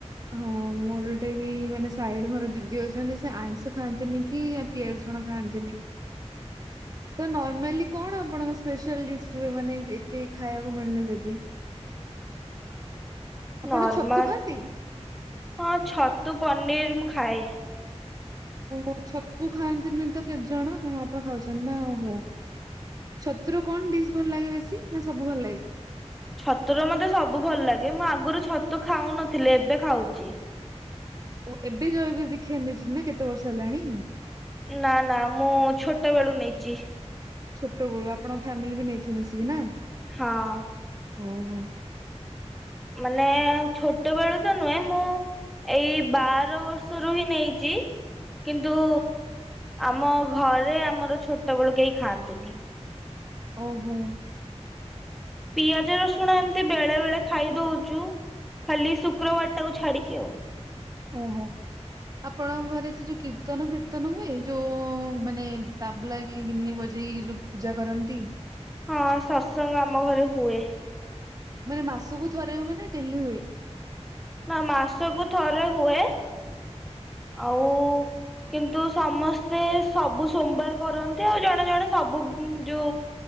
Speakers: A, on the right; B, in the centre.
A: ହଁ ମୋର ଗୋଟେ ବି ମାନେ ସାଇଡ୍ ଘର ଦିଦି ଅଛନ୍ତି ସେ ଆଇଁଷ ଖାଆନ୍ତିନି କି ପିଆଜ ରସୁଣ ଖାଆନ୍ତିନି ତ ନର୍ମାଲି କଣ ଆପଣଙ୍କ ସ୍ପେଶିଆଲ୍ ଡିସ୍ ରୁହେ ମାନେ ଏତେ ଖାଇବାକୁ ମିଳୁନି ଯଦି ଆପଣ
B: ନର୍ମାଲ
A: ଛତୁ ଖାଆନ୍ତି?
B: ହଁ ଛତୁ ପନିର ମୁଁ ଖାଏ।
A: ଓହୋ ଛତୁ ଖାଆନ୍ତିନି ତ କେତେଜଣ ଆପଣ ଖାଉଛନ୍ତି ନା ଓହୋ ଛତୁୁର କଣ ଡିସ୍ ଭଲ ଲାଗେ ବେଶୀ ନା ସବୁ ଭଲ ଲାଗେ।
B: ଛତୁର ମତେ ସବୁ ଭଲ ଲାଗେ ମୁଁ ଆଗରୁ ଛତୁ ଖାଉନଥିଲି ଏବେ ଖାଉଛି।
A: ଓ ଏବେ ଜୟଗୁରୁ ଦୀକ୍ଷା ନେଇଛନ୍ତି ନା କେତେ ବର୍ଷ ହେଲାଣି?
B: ନା ନା ମୁଁ ଛୋଟ ବେଳୁ ନେଇଛି।
A: ଛୋଟବେଳୁ ଆପଣଙ୍କ ଫ୍ୟାମିଲି ବି ନେଇଥିବେ ସିଏନା ନା
B: ହଁଅ
A: ହଁୁ ହଁୁ
B: ମାନେ ଛୋଟ ବେଳୁ ତ ନୁହେଁ ମୁଁ ଏଇ ବାର ବର୍ଷରୁ ହିଁ ନେଇଛି କିନ୍ତୁ ଆମ ଘରେ ଆମ ଛୋଟ ବେଳୁ କେହି ଖାଆନ୍ତିନି।
A: ଓହୋଃ
B: ପିଆଜ ରସୁଣ ଏମତି ବେଳେ ବେଳେ ଖାଇ ଦଉଛୁ ଖାଲି ଶୁକ୍ରବାର ଟାକୁ ଛାଡିକି ଆଉ।
A: ଓହୋ ଆପଣଙ୍କ ଘରେ ସେ ଯୋଉ କୀର୍ତ୍ତନ ଫୀର୍ତ୍ତନ ହୁଏ ଯୋଉ ମାନେ ତାବଲା କି ଗିନି ବଜେଇ ଯୋଉ ପୂଜା କରନ୍ତି।
B: ହଁ ସତ୍ସଙ୍ଗ ଆମ ଘରେ ହୁଏ।
A: ମାନେ ମାସକୁ ଥରେ ହୁଏ ନା ଡେଲି ହୁଏ।
B: ନା ମାସକୁ ଥରେ ହୁଏ। ଆଉ କିନ୍ତୁ ସମସ୍ତେ ସବୁ ସୋମବାର କରନ୍ତି ଆଉ ଜଣେ ଜଣେ ସବୁ ଯୁ